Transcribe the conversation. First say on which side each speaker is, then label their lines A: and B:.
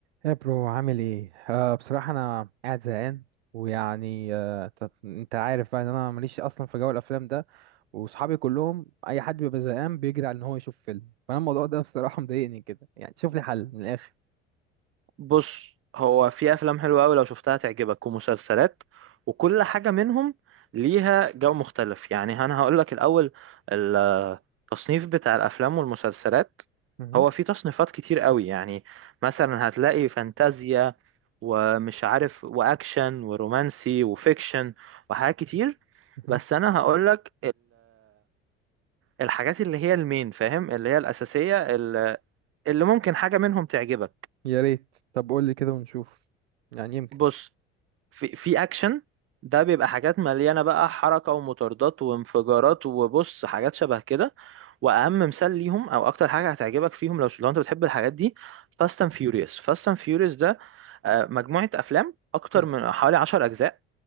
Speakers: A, on the right; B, on the right.
A: يا برو عامل ايه أه بصراحة انا قاعد زهقان ويعني أه ت- انت عارف بقى ان انا ماليش اصلا في جو الافلام ده وصحابي كلهم اي حد بيبقى زهقان بيجري على ان هو يشوف فيلم فانا الموضوع ده بصراحة مضايقني كده يعني شوف لي حل من الاخر
B: بص هو في افلام حلوه قوي لو شفتها تعجبك ومسلسلات وكل حاجه منهم ليها جو مختلف يعني انا هقول لك الاول التصنيف بتاع الافلام والمسلسلات
A: مهم.
B: هو في تصنيفات كتير قوي يعني مثلا هتلاقي فانتازيا ومش عارف واكشن ورومانسي وفيكشن وحاجات كتير
A: مهم.
B: بس انا هقول لك الحاجات اللي هي المين فاهم اللي هي الاساسيه اللي اللي ممكن حاجه منهم تعجبك
A: يا ريت طب قول لي كده ونشوف يعني يمكن
B: بص في في اكشن ده بيبقى حاجات مليانه بقى حركه ومطاردات وانفجارات وبص حاجات شبه كده واهم مثال ليهم او اكتر حاجه هتعجبك فيهم لو لو انت بتحب الحاجات دي فاست اند فيوريوس فاست اند فيوريوس ده آه، مجموعه افلام اكتر
A: مهم.
B: من حوالي 10 اجزاء